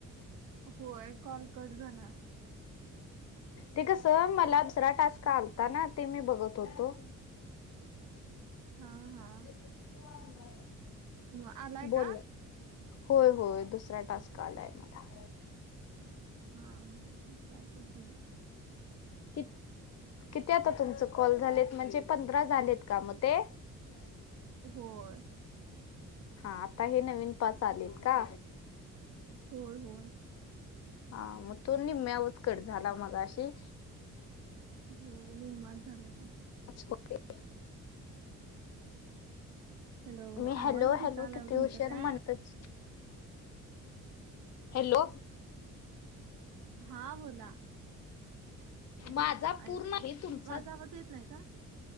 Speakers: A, on the right; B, on the left.
A: होय कॉल कट झाला
B: ते कस मला दुसरा टास्का आलता ना ते मी बघत होतो
A: हा हा
B: ते
A: मग आलाय
B: बोल
A: का?
B: होय होय दुसरा टास्क आलाय मला
A: हा हा चाल ते त
B: कि किती आता तुमच कॉल झालेत म्हणजे पंधरा झालेत का मग ते ब
A: होय
B: हा आता हे नवीन प चालेत का
A: होर होर
B: हा मग तो निम्म्या उचकट झाला मग अशी
A: हो निम्मच झाला की
B: ज करते
A: हॅलो
B: मी
A: आवाज
B: हॅलो
A: फुटालाय
B: हॅलो किती
A: ओ तुमचा
B: हुशर
A: काय
B: म्हणतच हॅलो
A: हा बोला
B: माझा
A: ऐक
B: पूर्ण आहे तुमचा
A: माझा आवाज येत नाही का?